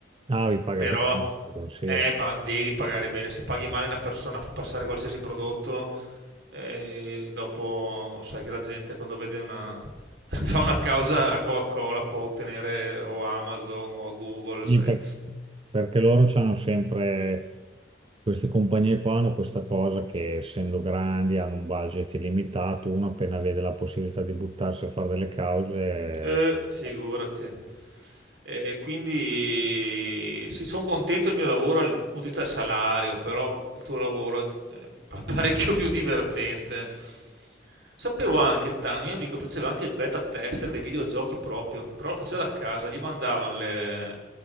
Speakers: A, on the right; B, on the right.
A: Ah, vi paga
B: però
A: bene, Amazon, sì.
B: eh, pa- devi pagare bene. Se paghi male una persona, fa passare qualsiasi prodotto, eh, dopo sai che la gente quando vede una... <laughs> fa una causa alla Coca-Cola può ottenere o Amazon o a Google,
A: Sì,
B: sai.
A: per- perché loro hanno sempre, queste compagnie qua hanno questa cosa che essendo grandi hanno un budget illimitato, uno appena vede la possibilità di buttarsi a fare delle cause...
B: Eh, figurati.
A: eh,
B: E quindi sì, sono contento del mio lavoro dal punto di vista del salario, però il tuo lavoro è pa- <laughs> parecchio più divertente. Sapevo anche, Tami, mio amico faceva anche il beta tester dei videogiochi proprio, però lo faceva da casa, gli mandavano le,